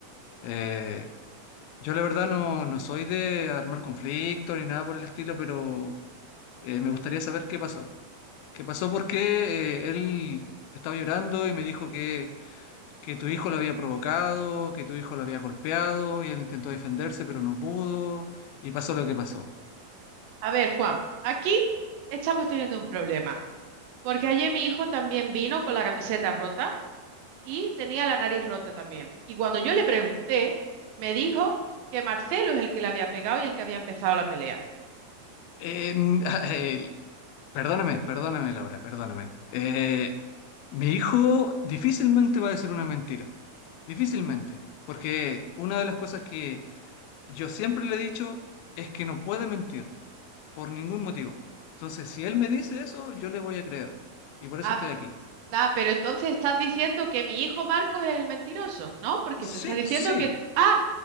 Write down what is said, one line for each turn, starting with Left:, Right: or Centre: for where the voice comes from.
Left: Eh, Yo la verdad no, no soy de armar conflicto ni nada por el estilo, pero eh, me gustaría saber qué pasó. ¿Qué pasó? Porque eh, él estaba llorando y me dijo que, que tu hijo lo había provocado, que tu hijo lo había golpeado y él intentó defenderse, pero no pudo y pasó lo que pasó.
Right: A ver, Juan, aquí estamos teniendo un problema, porque ayer mi hijo también vino con la camiseta rota y tenía la nariz rota también. Y cuando yo le pregunté, me dijo que Marcelo es el que le había pegado y el que había empezado la pelea.
Left: Eh, n- <laughs> eh, perdóname, perdóname, Laura, perdóname. Eh, mi hijo difícilmente va a decir una mentira. Difícilmente. Porque una de las cosas que Yo siempre le he dicho, es que no puede mentir, por ningún motivo. Entonces, si él me dice eso, yo le voy a creer. Y por eso
Right: Ah,
Left: estoy aquí.
Right: Ah, pero entonces estás diciendo que mi hijo Marcos es el mentiroso, ¿no? Porque
Left: Sí,
Right: tú estás diciendo
Left: sí,
Right: que... Ah,